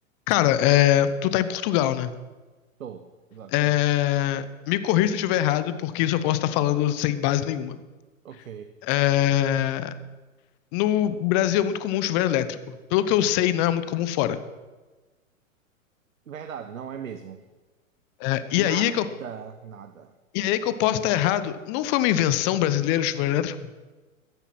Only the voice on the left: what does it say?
Cara, é, tu tá em Portugal, né?
É, me corrija se eu estiver errado, porque isso eu posso estar falando sem base nenhuma.
É, no Brasil é muito comum chuveiro elétrico. Pelo que eu sei, não é muito comum fora.
É, e aí
é que eu,
e aí é que eu posso estar errado. Não foi uma invenção brasileira o chuveiro elétrico?